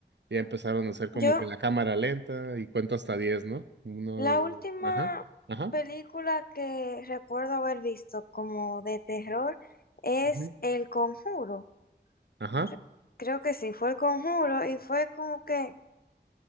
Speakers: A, on the right; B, on the left.
A: ya empezaron a hacer como
B: Yo,
A: que la cámara lenta y cuento hasta diez ¿no? Uno,
B: la última
A: ajá, ajá,
B: película que recuerdo haber visto como de terror es
A: ujú,
B: El Conjuro.
A: ajá,
B: No sé, creo que sí, fue El Conjuro y fue como que,